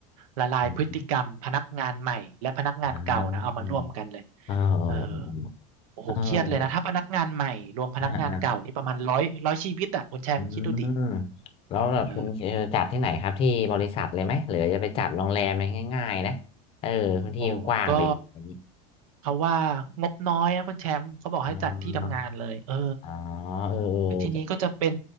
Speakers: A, on the right; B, on the left.
A: ละลายพฤติกรรมพนักงานใหม่และพนักงานเก่านะเอามาร่วมกันเลย
B: อืมอ่าเออ
A: เออโอ้โหเครียดเลยนะถ้าพนักงานใหม่รวมพนักงานเก่านี่ประมาณร้อยร้อยชีวิตอ่ะคุณแชมป์คิดดูดิ
B: เออ อ่าอ่าอืมแล้วแบบคุณเออจัดที่ไหนครับที่บริษัทเลยไหมหรือจะไปจัดโรงแรมไหมง่ายๆนะเออพื้นที่มันกว้างดีอะไรอย่างงี้
A: เออ โอ้ก็เขาว่างบน้อยนะคุณแชมป์เขาบอกให้จัดที่ทำงานเลยเออ
B: อ๋ออ๋อเออ
A: ทีนี้ก็จะเป็น
B: เออ